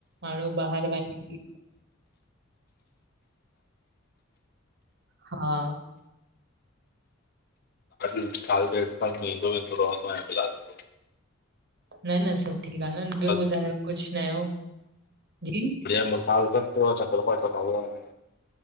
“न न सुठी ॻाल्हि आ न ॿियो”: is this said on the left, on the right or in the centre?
Right